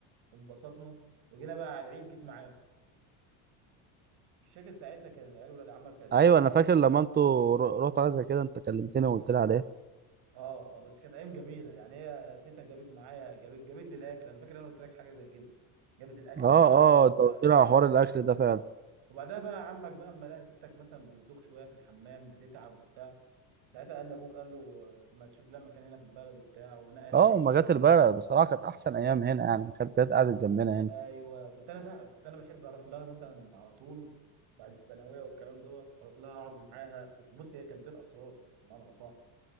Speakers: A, on the right; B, on the right.
A: وانبسطنا وجينا بقى على العيد جيت معاهم مش فاكر ساعتها كان العيال ولاد عمك قد
B: أيوه
A: ايه
B: أنا فاكر لما أنتوا ر- رحتوا حاجة زي كده أنت كلمتني وقلت لي عليها
A: اه اه بس كانت ايام جميله يعني هي تيتا جابت معايا جابت جابت لي الاكل انا فاكر انا قلت لك حاجه زي كده جابت الاكل
B: أه
A: معاها
B: أه
A: وبتاع
B: أنت قلت
A: اه
B: لي على حوار الأكل ده فعلا
A: وبعدها بقى عمك بقى اما لقى ستك مثلا بتدوخ شويه في الحمام بتتعب وبتاع ساعتها قال لابوك قال له آه، ما تشوف لها مكان هنا في البلد وبتاع ونقلت
B: أه أما جت البلد بصراحة كانت أحسن أيام هنا يعني كانت جت قعدت جنبنا هنا
A: ايوه كنت انا بقى كنت انا بحب اروح لها مثلا على طول بعد الثانويه والكلام دوت اروح لها اقعد معاها كنت بص هي كانت بير اسرار بمعنى صح